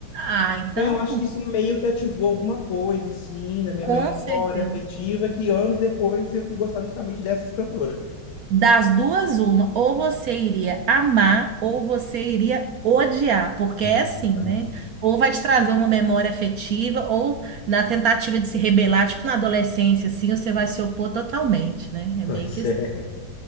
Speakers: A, on the right; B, on the left.
A: Ah, então,
B: Então, Eu acho que isso meio que ativou alguma coisa, assim, na minha
A: com
B: memória
A: certeza.
B: afetiva, que anos depois eu fui gostar justamente dessas cantoras.
A: Das duas, uma. Ou você iria amar, ou você iria odiar. Porque
B: Exatamente.
A: é assim, né? Ou vai te trazer uma memória afetiva, ou na tentativa de se rebelar, tipo na adolescência, assim, você vai se opor totalmente, né? É
B: Pois
A: meio que
B: é,